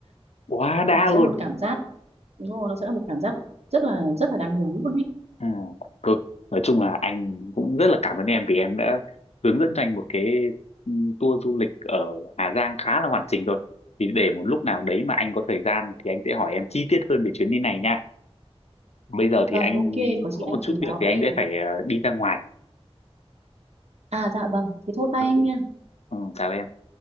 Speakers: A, on the left; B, on the right.
A: quá đã
B: nó sẽ
A: luôn
B: một cảm giác đúng rồi, nó sẽ là một cảm giác rất là rất là đáng nhớ luôn ấy
A: ừ. thôi nói chung là anh cũng rất là cảm ơn em vì em đã hướng dẫn cho anh một cái ừ, tour du lịch ở Hà Giang khá là hoàn chỉnh rồi thì để một lúc nào đấy mà anh có thời gian thì anh sẽ hỏi em chi tiết hơn về chuyến đi này nha bây giờ thì
B: Vâng,
A: anh
B: ok, có chị
A: có
B: anh
A: một chút
B: cứ
A: việc
B: báo
A: thì anh
B: em.
A: sẽ phải ờ, đi ra ngoài
B: À dạ vâng, thế thôi tay
A: ừ.
B: anh nha.
A: Ừ, chào em